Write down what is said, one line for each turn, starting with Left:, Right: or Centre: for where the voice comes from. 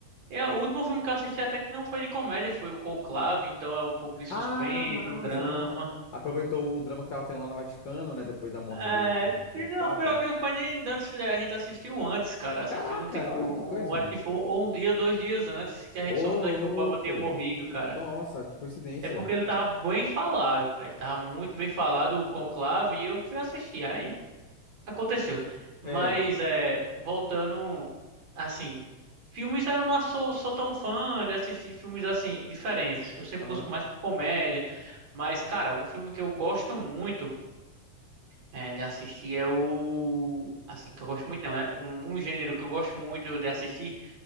Right: É, o último filme que eu assisti até que não foi de comédia, foi o Conclave, então é um pouco de suspense,
Left: Ah, massa,
Right: um drama.
Left: massa. Aproveitou o drama que tava tendo lá no Vaticano, né? Depois da morte
Right: É,
Left: do, do,
Right: pi-
Left: do outro
Right: não,
Left: Papa.
Right: pior que não foi nem antes, a gente assistiu antes, cara. Assistiu
Left: Caraca,
Right: um tipo,
Left: olha que coisa.
Right: um, acho que foi um, um dia, dois dias antes que a
Left: Ô,
Right: gente soube
Left: louco.
Right: daqui o Papa tinha morrido, cara.
Left: Nossa, que coincidência.
Right: É porque ele tava bem falado, pai. Ele tava muito bem falado o conclave e eu fui assistir. Aí aconteceu. né? Mas
Left: É,
Right: é, voltando, assim, filmes eu não sou, sou tão fã de assistir filmes assim, diferentes. Eu sempre
Left: aham.
Right: busco mais comédia. Mas, cara, um filme que eu gosto muito é, de assistir é o. Assim, que eu gosto muito, não, né? Um, um gênero que eu gosto muito de assistir